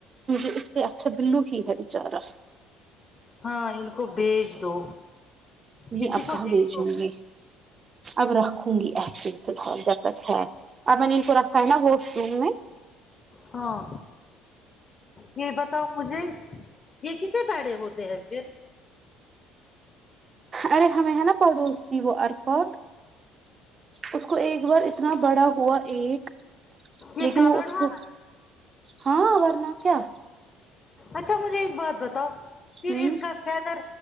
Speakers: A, on the right; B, on the left.
A: اس سے اچھا بلو ہی ہے بچارا
B: ہاں ان کو بیج دو
A: یہ
B: کسی
A: اب
B: کو
A: کہاں
B: دے
A: بیچوں
B: دو
A: میں اب رکھوں گی ایسے فی الحال جب تک ہے اب میں نے ان کو رکھا ہے نا واش روم میں
B: ہاں یہ بتاؤ مجھے یہ کتنے پیارے ہوتے ہیں پھر
A: ارے ہمیں ہے نا پڑوسی وہ عرفات اس کو ایک بار اتنا بڑا ہوا ایک
B: یہ
A: لیکن
B: کالرڈ
A: وہ اس
B: والا
A: کو ہاں ورنہ کیا
B: اچھا مجھے ایک بات بتاؤ پھر
A: ہوں
B: ان کا حیدر